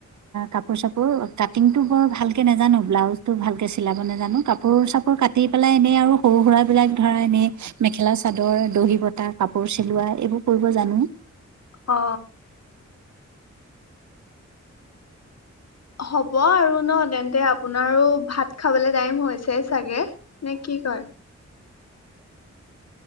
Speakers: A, on the right; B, on the left.
A: কাপোৰ চাপোৰ কাটিংটো বৰ ভালকে নাজানো, ব্লাউজটো ভালকে চিলাব নাজানো, কাপোৰ চাপোৰ কাটি পেলাই এনেই আৰু সৰু সুৰাবিলাক ধৰা এনেই মেখেলা চাদৰ, দহি বতা, কাপোৰ চিলোৱা এইবোৰ কৰিব জানো
B: অ হ'ব আৰু ন তেন্তে, আপোনাৰো ভাত খাবলে টাইম হৈছে চাগে, নে কি কয়